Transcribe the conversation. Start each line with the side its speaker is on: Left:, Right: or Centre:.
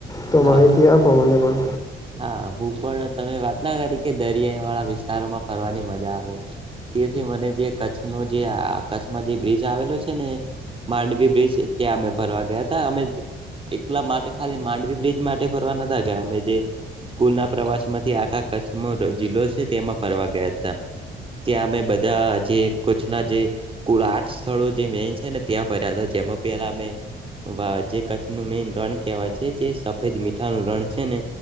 Left: તો માહિતી
Right: હા હા
Left: આપો મને પણ
Right: હા હું પણ તમે વાત ના કરી કે દરિયા વાળા વિસ્તારોમાં ફરવાની મજા આવે તેથી મને જે કચ્છનો જે કચ્છમાં જે બ્રિજ આવેલો છે ને માંડવી બ્રિજ ત્યાં અમે ભરવા ગયા હતા અમે એકલા માટે ખાલી માંડવી બ્રિજ માટે ફરવા નતા ગયા અમે જે સ્કૂલ ના પ્રવાસ માંથી આખા કચ્છનો જિલ્લો છે તેમાં ફરવા ગયા હતા ત્યાં અમે બધા જે કચ્છના જે કુળ આઠ સ્થળો જે મેન છે ને ત્યાં ફર્યા હતા જ જ પ્યાલા મે વા જે કચ્છનું મેન રણ કહેવાય છે જે સફેદ મીઠાનું રણ છે ને